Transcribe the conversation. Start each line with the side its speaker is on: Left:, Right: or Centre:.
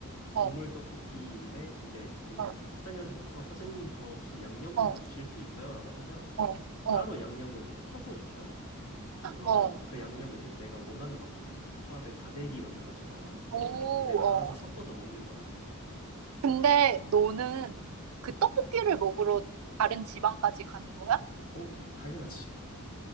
Left: 국물
Right: 어,
Left: 떡볶이인데, 이제 그
Right: 어,
Left: 사- 사장님한테 가서, 사장님 저 혹시 양념
Right: 어,
Left: 좀 더 주실 수 있어요? 라고 하면,
Right: 어,
Left: 따로
Right: 어,
Left: 양념을 이렇게 퍼서 주셔. 그러면
Right: 어.
Left: 그 양념을 이제 내가 원하는 만큼 살짝 국밥에 다대기 넣는 것처럼
Right: 오,
Left: 이렇게 내가
Right: 어.
Left: 알아서 섞어서 먹는 거야.
Right: 근데
Left: 그-
Right: 너는 그 떡볶이를 먹으러 다른 지방까지 가는 거야?
Left: 어, 당연하지.